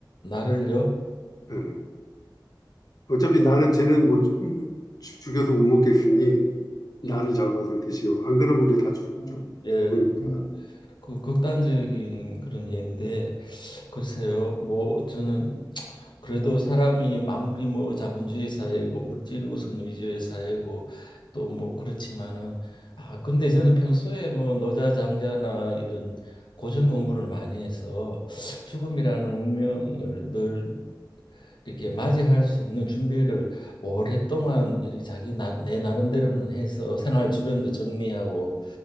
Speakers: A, on the left; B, on the left.
A: 나를요.
B: 예. 어차피 나는 쟤는 못 죽- 죽여서 못 먹겠으니 나를
A: 예,
B: 잡아서 드시오. 안 그러면 우리 다 죽,
A: 너무,
B: 죽,
A: 예,
B: 죽으니까.
A: 너무 그 극단적인 그런 예인데 글쎄요. 뭐 저는 그래도 사람이 아무리 뭐 자본주의 사회고 물질 우선 위주의 사회고 또 뭐 그렇지만은 아 근데 저는 평소에 뭐 노자 장자나 이런 고전 공부를 많이 해서 죽음이라는 운명을 늘 이렇게 맞이할 수 있는 준비를 오랫동안 이 자기 나, 내 나름대로는 해서 생활 주변도 정리하고